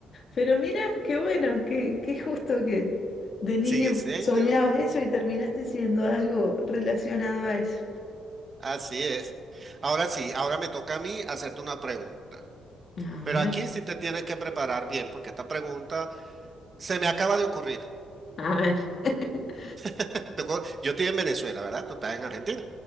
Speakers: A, on the left; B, on the right.
A: Pero mira, qué bueno, qué, qué justo que de niño
B: Sí, señor.
A: soñabas eso y terminaste siendo algo relacionado a eso.
B: Así es. Ahora sí, ahora me toca a mí hacerte una pregunta.
A: A
B: Pero
A: ver,
B: aquí sí te tienes que preparar bien, porque esta pregunta se me acaba de ocurrir.
A: a ver. <laughs>
B: <laughs> Te cu- Yo estoy en Venezuela, ¿verdad? Tú estás en Argentina.